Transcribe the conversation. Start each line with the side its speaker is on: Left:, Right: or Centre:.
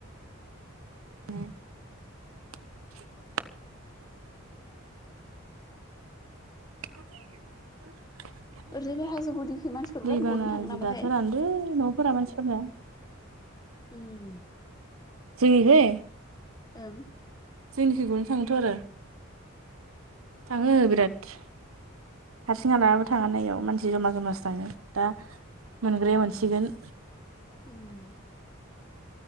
Right: <unintelligible> <unintelligible>
Left: ओरैजायबो हाजो गुदिखै मानसिफोर बिराद
Right: दैबाना
Left: गुरनो थाङो
Right: जि
Left: नामाथाय
Right: दासो रानदों न'फोरा मानसिफोरनो
Left: उम
Right: जोंनिखै?
Left: ओं
Right: जोंनिखैबो थांओथ' आरो थाङो बिराद हारसिं हलाबो थाङाना एयाव मानसि जमा जमासो थाङो दा मोनग्राया मोनसिगोन
Left: उम